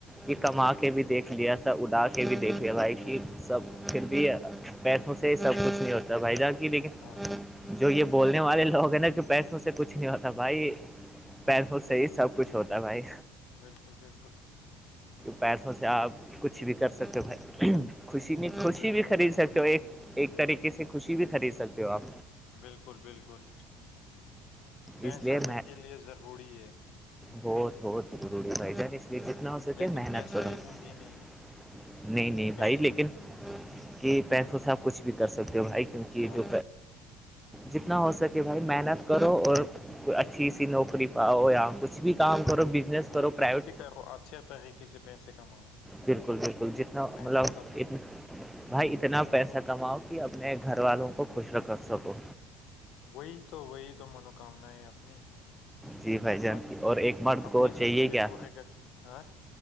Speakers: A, in the centre; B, on the left (about 65°).
A: یہ کما کے بھی دیکھ لیا تھا اڑا کے بھی دیکھ لیا بھائی کہ سب پھر بھی ہے پیٹوں سے سب کچھ نہیں ہوتا بھائی جان کی لیکن
B: ہاں
A: جو یہ بولنے والے لوگ ہیں نا کہ پیسوں سے کچھ نہیں ہوتا بھائی پیر
B: ہاں
A: سےح ہی سب کچھ ہوتا ہے بھائی
B: بالکل بالکل
A: پیسوں سے آپ کچھ بھی کر سکتے ہو بھائی خوشی بھی خوشی
B: بالکل
A: بھی خرید
B: بھائی
A: سکتے
B: جان
A: ہو ایک ایک طریقے سے خوشی بھی خرید سکتے ہو آپ
B: بالکل بالکل پیسہ
A: اس لیے
B: زندگ
A: میں
B: لے ضروری ہے
A: بہت بہت ضروری ہے بھائی جان اس لیے
B: ہم،
A: جتنا ہو کے
B: لیکن
A: محنت
B: پیسہ
A: کروں
B: ہی زندگی
A: نہیں
B: ہے
A: نہیں
B: پیسہ
A: بھائی لیکن کہ پیسوں سے آپ کچھ بھی کر سکتے ہو بھائی کیونکہ
B: ہاں
A: یہ جو جتنا ہو سکے بھائی محنت کرو اور کوئی اچھی ا سی نوکری پاؤ یا کھ بھی کام کرو بزنس کرو پرائوٹ
B: کچھ بھی کرو اچھے طریقے سے پیسے کماؤ
A: بالکل بالکل جتنا
B: محنت
A: مطلب
B: کا کھاؤ
A: اتنا بھائی اتنا پیسہ کماؤ کہ اپنے گھر والوں کو خوش رکھ سکو
B: وہی تو وہی تو منوکامنیں اپنی
A: جی بھائی جان
B: باقی
A: کی اور ایک مرد
B: اپنے
A: کو اور
B: سپنے
A: چاہیے
B: بھی
A: کیا
B: پورے کر س- ہاں